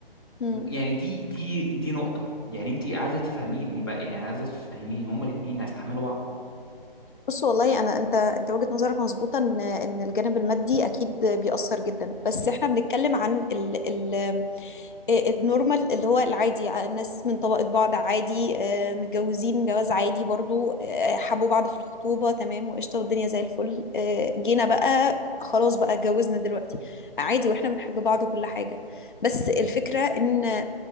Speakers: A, on the left; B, on the left.
A: مم.
B: يعني دي دي دي نقطة يعني أنت عايزة تفهميني بقى يعني عايزة تفهميني هما الاتنين هيستحملوا بعض
A: بص والله انا انت انت وجهة نظرك مظبوطة ان ان الجانب المادي اكيد بيأثر جدا بس احنا بنتكلم عن ال... ال... آه، النورمال اللي هو العادي آه، الناس من طبقة بعض عادي آه، متجوزين جواز عادي برضو آه، حبوا بعض في الخطوبة تمام وقشطة والدنيا زي الفل آه، جينا بقى خلاص بقى اتجوزنا دلوقتي عادي واحنا بنحب بعض وكل حاجة بس الفكرة ان آه،